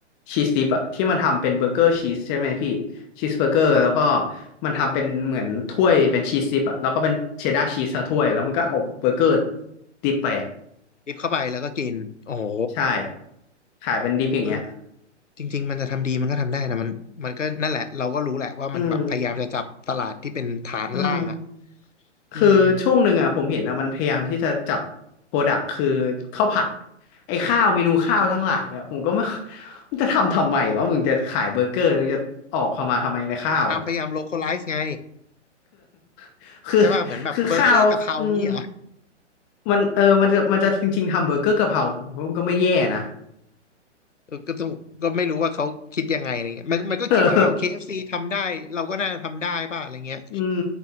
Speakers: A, on the left (about 25°); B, on the left (about 85°).
A: ชีสดิปอะที่มันทำเป็นเบอร์เกอร์ชีสใช่ไหมพี่ชีสเบอร์เกอร์แล้วก็
B: นะฮะ
A: มันทำเป็นเหมือนถ้วยเป็นชีสดิปอะแล้วก็เป็นเชดดาร์ชีสทั้งถ้วยแล้วมันก็เอาเบอร์เกอร์ดิปไปอะ
B: ดิบเข้าไปแล้วก็กินโอ้โห
A: ใช่ขายเป็นดิปอย่างเงี้ย
B: เออจริงๆมันจะทำดีมันก็ทำได้นะมันมันก็นั่นแหละเราก็รู้แหละว่ามันแบบพยายามจะจับตลาดที่เป็นฐานล่างอ่ะ
A: อืมอืม คือช่วงหนึ่งอ่ะผมเห็นอ่ะมันพยายามที่จะจับโปรดักต์คือข้าวผัด
B: อืม
A: ไอ้ข้าวเมนูข้าวทั้งหลายอ่ะผมก็ไม่ <laughs> มึงจะทำทำไมวะมึงจะขายเบอร์เกอร์จะออกความาทำไมในข้าวอ่ะ
B: เอาพยายาม localize ไง
A: <laughs> คือ
B: ใช่ป่ะเหมือนแบบเบอร์เกอร์กะเพรางี้เหรอ
A: คือข้าวอืมมันเออมันจะมันจะจริงๆทำเบอร์เกอร์กะเพราผมว่ามันก็ไม่แย่นะ
B: เออก็ต้องก็ไม่รู้ว่าเขาคิดยังไงอะไรเงี้ยมันมันก็คิดว่าอ้าว
A: <laughs> เออ
B: KFC ทำได้เราก็น่าจะทำได้ป่ะอะไรเงี้ย
A: อืม